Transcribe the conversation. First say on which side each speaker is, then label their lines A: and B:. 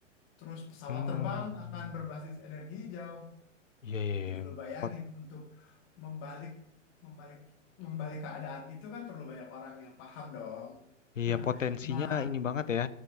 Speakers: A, on the left; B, on the left.
A: terus pesawat
B: Hmm.
A: terbang akan berbasis energi hijau
B: Iya iya.
A: jadi
B: iya.
A: lu bayangin
B: Pot
A: untuk membalik membalik membalik keadaan itu kan perlu banyak orang yang paham dong
B: iya
A: <laughs>
B: potensinya
A: nah
B: ini banget ya.